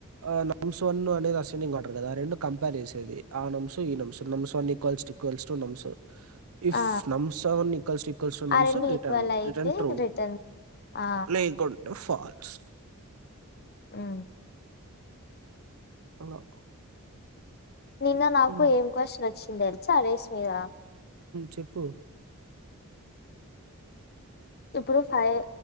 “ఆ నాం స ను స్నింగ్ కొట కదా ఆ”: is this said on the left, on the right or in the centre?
Right